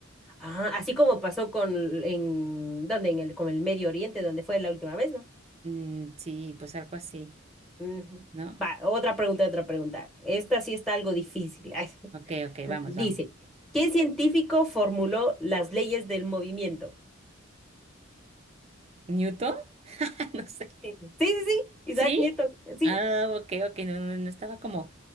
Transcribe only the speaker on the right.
Mm, sí, pues algo así,
¿no?
Ok, ok, vamos,
vamos.
¿Newton? <laughs> No sé.
¿Sí?
Ah, ok, ok, no, no, no estaba como